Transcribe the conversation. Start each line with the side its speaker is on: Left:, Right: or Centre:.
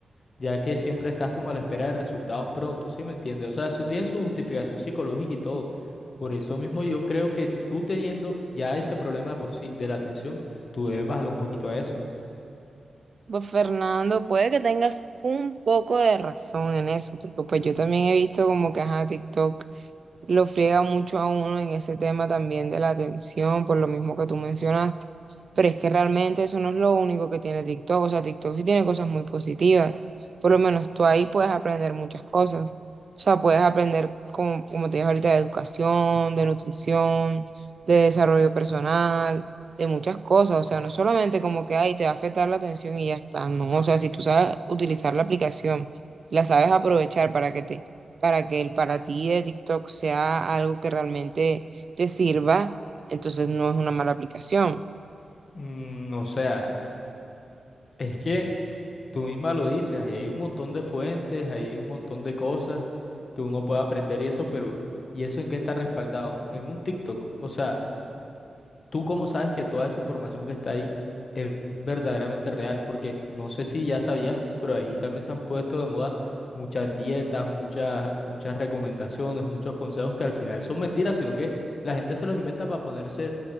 Left: ya que siempre estás como a la espera de resultados prontos, ¿sí me entiendes? O sea, eso tiene su justificación psicológica y todo. Por eso mismo yo creo que s- tú teniendo ya ese problema de por sí de la atención, tú debes bajarle un poquito a eso.
Right: Pues Fernando, puede que tengas un poco de razón en eso, porque pues yo también he visto como que ajá, TikTok lo friega mucho a uno en ese tema también de la atención, por lo mismo que tú mencionaste. Pero es que realmente eso no es lo único que tiene TikTok, o sea, TikTok sí tiene cosas muy positivas. Por lo menos tú ahí puedes aprender muchas cosas. O sea, puedes aprender, como, como te dije ahorita, de educación, de nutrición, de desarrollo personal de muchas cosas, o sea, no solamente como que, ay, te va a afectar la atención y ya está, no, o sea, si tú sabes utilizar la aplicación, la sabes aprovechar para que te, para que el para ti de TikTok sea algo que realmente te sirva, entonces no es una mala aplicación.
Left: Mm, o sea, es que... Tú misma lo dices, ahí hay un montón de fuentes, ahí hay un montón de cosas que uno puede aprender y eso, pero ¿y eso en qué está respaldado? En un TikTok. O sea, ¿Tú cómo sabes que toda esa información que está ahí es verdaderamente real? Porque no sé si ya sabías, pero ahí también se han puesto de moda muchas dietas, muchas, muchas recomendaciones, muchos consejos que al final son mentiras, sino que la gente se los inventa para ponerse